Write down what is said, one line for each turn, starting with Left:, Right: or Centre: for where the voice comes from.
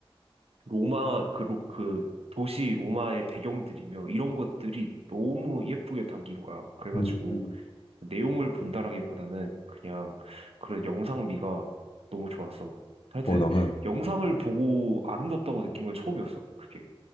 Right: 로마 그, 로- 그 도시 로마의 배경들이며 이런 것들이 너무 예쁘게 담긴 거야. 그래가지고
Left: 음, 음.
Right: 내용을 본다라기보다는 그냥 그런 영상미가 너무 좋았어. 하여튼
Left: 어, 나 그
Right: 영상을 보고 아름답다고 느낀 건 처음이었어. 그게.